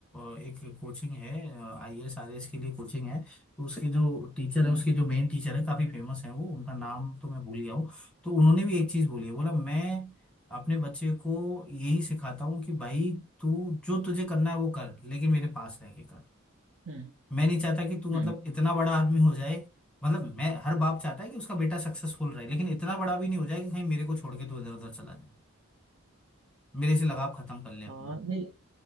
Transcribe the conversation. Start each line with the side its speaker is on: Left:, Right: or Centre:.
Centre: अ, एक कोचिंग है आईएएस आरएएस के लिए कोचिंग है तो उसके जो टीचर
Right: हम्म
Centre: है उसके जो मेन टीचर है काफी फेमस है वो उनका नाम तो मैं भूल गया हूँ तो उन्होंने भी एक चीज बोली है बोला मैं अपने बच्चे को यही सिखाता हूँ कि भाई तू जो तुझे करना है वो कर लेकिन मेरे पास रह के कर
Right: हम्म
Centre: मैं नहीं चाहता कि तू
Right: हम्म
Centre: मतलब इतना बड़ा आदमी हो जाए मतलब मैं हर बाप चाहता है कि उसका बेटा सक्सेसफुल रहे लेकिन इतना बड़ा भी नहीं हो जाए कि कहीं मेरे को छोड़ के तू इधर उधर चला जाए मेरे से लगाव खत्म कर ले अपना
Right: हाँ नहीं